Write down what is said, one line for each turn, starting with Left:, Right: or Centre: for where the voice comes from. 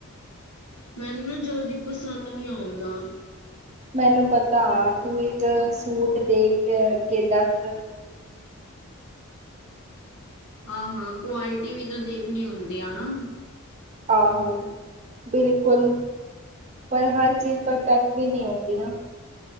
Left: ਮੈਨੂੰ ਨਾ ਜਲਦੀ ਪਸੰਦ ਨੀ ਆਉਂਦਾ।
Right: ਮੈਨੂੰ ਪਤਾ ਐ ਤੂੰ ਇੱਕ ਸੂਟ ਦੇਖ <unintelligible>
Left: ਹਾਂ-ਹਾਂ, ਕੁਆਲਟੀ ਵੀ ਤਾਂ ਦੇਖਣੀ ਹੁੰਦੀ ਆ ਨਾ।
Right: ਆਹੋ, ਬਿਲਕੁਲ। ਪਰ ਹਰ ਚੀਜ਼ ਪਰਫੈਕਟ ਵੀ ਨੀ ਹੁੰਦੀ ਨਾ।